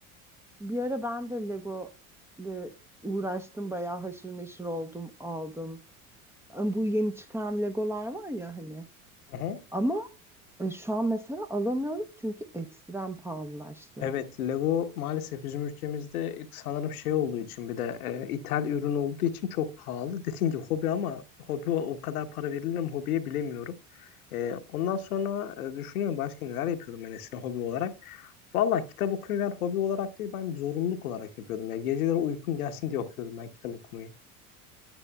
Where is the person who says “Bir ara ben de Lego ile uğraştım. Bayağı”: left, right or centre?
Centre